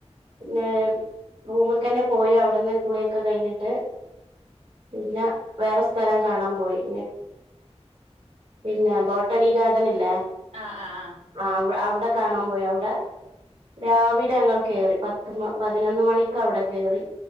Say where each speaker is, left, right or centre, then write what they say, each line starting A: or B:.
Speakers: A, on the right; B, on the right.
A: പിന്ന റൂമ്ക്കെന്നെ പോയ അവിട്ന്ന് കുളിയൊക്കെ കഴിഞ്ഞിട്ട് പിന്നെ വേറെ സ്ഥലം കാണാം പോയി പിന്നെ ബോട്ടാണി ഗാർഡനി ല്ലേ
B: ആഹ് ആഹ് ആഹ്
A: ആഹ് അവ്ടെ കാണാൻ പോയി അവ്ടെ രാവിലെ ഞങ്ങൾ കെറി പത്ത് മ പതിനൊന്ന് മണിക്ക് അവ്ടെ കെറി